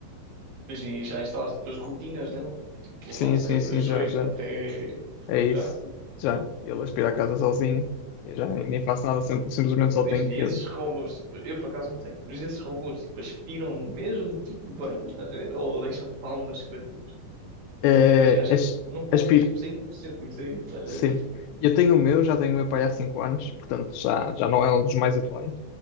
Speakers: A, on the right (about 60°); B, on the left (about 85°).
A: Imagina, e já instalaste depois rotinas nele? Tipo,
B: Sim,
A: lá sei,
B: sim, sim,
A: das
B: já,
A: 8
B: já.
A: até.
B: É isso.
A: Já?
B: Já. Ele aspira a casa sozinho. Eu já nem nem faço nada, sim- simplesmente só
A: Imagina,
B: tenho que.
A: esses robôs, tipo, eu por acaso não tenho, mas esses robôs, tipo, aspiram mesmo, tipo, bem, estás a ver? Ou deixam, tipo, algumas coisas.
B: eh,
A: Imagina, acho
B: as-
A: que não confio,
B: aspiro.
A: tipo, 100% nisso aí, estás
B: Sim.
A: a ver?
B: Eu tenho o meu, já tenho o meu pai há 5 anos, portanto já, já não é um dos mais atuais.